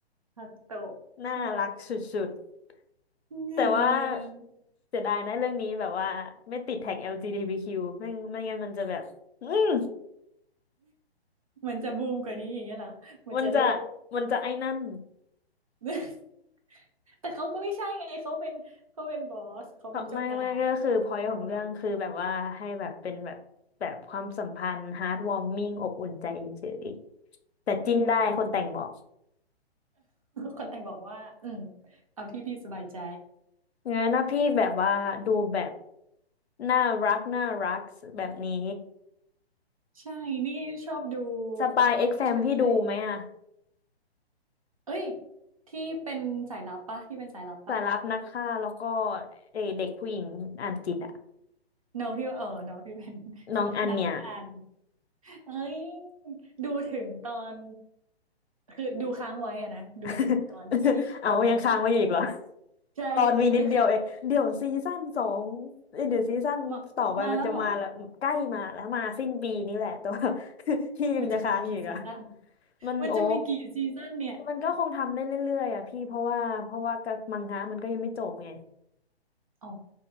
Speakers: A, on the right (about 35°); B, on the left (about 75°).
A: ฮาคุโตะใช่
B: น่ารักสุด
A: <laughs>
B: ๆ แต่ว่า
A: เออ
B: เสียดายนะเรื่องนี้แบบว่าไม่ติดแท็ก LGBTQ ไม่ไม่งั้นมันจะแบบอืม
A: <laughs> มันจะบูมกว่านี้อย่างเงี้ยเหรอมันจะเลิศ
B: มันจะ มันจะไอ้นั่น
A: <laughs> แต่เขาก็ไม่ใช่ไงเขาเป็นเขาเป็นบอสเขาเป็นเจ้านาย
B: เขาไม่ไม่ก็คือ point
A: เออเนาะ
B: ของเรื่องคือแบบว่าให้แบบเป็นแบบแบบความสัมพันธ์ heartwarming อบอุ่นใจเฉยๆแต่จิ้นได้คนแต่งบอก
A: อืม <laughs> คนแต่งบอกว่าอืมเอาที่พี่สบายใจ
B: งั้นนะพี่แบบว่าดูแบบน่ารักน่ารักแบบนี้
A: ใช่นี่ชอบดู
B: สปายเอ็กแฟมพี่ดูไหมอะ
A: ผู้ชายเอ้ยที่เป็นสายลับปะที่เป็นสายลับปะ
B: สารับนักฆ่าแล้วก็เอเด็กผู้หญิงอ่านจิตอะ
A: น้องที่เออน้องที่เป็น
B: น้องอันเนี่ย
A: <laughs> นักอ่าน เอ้ยดูถึงตอนคือดูค้างไว้อะนะดูถึงตอนที่กำลัง
B: <laughs> เอายังค้างไว้อยู่อีกเหรอ
A: ใช่
B: ตอนมีนิดเดียวเองเดี๋ยวซีซั่นสองเอ้ยเดี๋ยวซีซั่นต่อไปมันจะมาแล้วใกล้มาแล้วมาสิ้นปีนี้แหละแต่ว่า
A: ที่เขามามาแล้วเหรอ
B: <laughs> พี่ยังจะค้างอยู่อีกอะ
A: มันจะมีกี่ซีซั่น
B: มันโอ้
A: มันจะมีกี่ซีซั่นเนี่ย
B: มันก็คงทำได้เรื่อยๆอ่ะพี่เพราะว่าเพราะว่ากับมังงะมันก็ยังไม่จบไง
A: อ๋อ